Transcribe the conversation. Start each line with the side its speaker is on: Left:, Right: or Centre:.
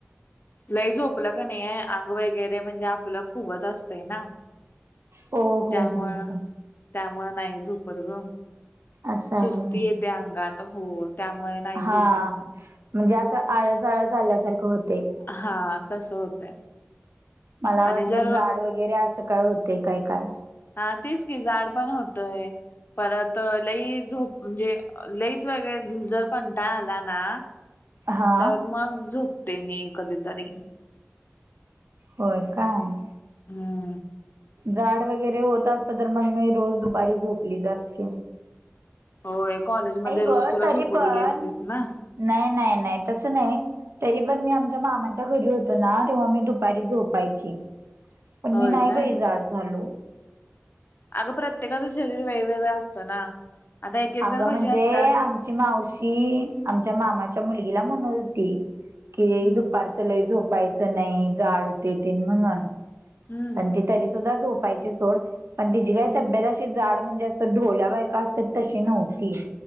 Left: लय झोपलं क नाही आहे अंग वगैरे म्हणजे आपलं फुगत असतय ना,
Right: हो हो
Left: त्यामुळं
Right: हो हो
Left: त्यामुळं नाही झोपत गं
Right: असं आहे
Left: सुस्ती
Right: होय
Left: त्या अंगात हो त्यामुळे नाही
Right: हा
Left: झोपत मग.
Right: म्हणजे असं आळस आळस आल्यासारखं होत.
Left: हा तसं होतंय.
Right: मला वाटलं
Left: आणि जर
Right: जाड वगैरे असं काय होते काय काय.
Left: हा तेच की जाड पण होतंय. परत लई झोप म्हणजे लईच वगरे जर कंटाळ आला ना
Right: हा
Left: तर मग झोपते मी कधीतरी.
Right: होय काय.
Left: हम्
Right: जाड वगैरे होत असत तर मग मी रोज दुपारी झोपलीच असती.
Left: होय कॉलेजमध्ये रोज
Right: ग
Left: तुला
Right: तरी
Left: झोपु
Right: पण
Left: दिली असते ना.
Right: नाही नाही नाही तस नाही. तरी पण मी आमच्या मामांच्या घरी होतो ना तेव्हा मी दुपारी झोपायची. पण मी
Left: होय
Right: नाही
Left: काय?
Right: बाई जाड झाले.
Left: अगं प्रत्येकाचं शरीर वेगवेगळ असतं ना आता एक एक
Right: अगं
Left: जण
Right: म्हणजे
Left: कशी असतात.
Right: आमची मावशी आमच्या मामाच्या मुलगीला म्हणत होती की
Left: हम्म
Right: दुपार लय झोपायच नाही जाड होते तेन म्हणून.
Left: हम्म
Right: आणि ती तरी सुद्धा झोपायची सोड पण तिची काय
Left: हम्म.
Right: तब्येत अशी जाड म्हणजे असं ढोल्या बायका असतात तशी नव्हती.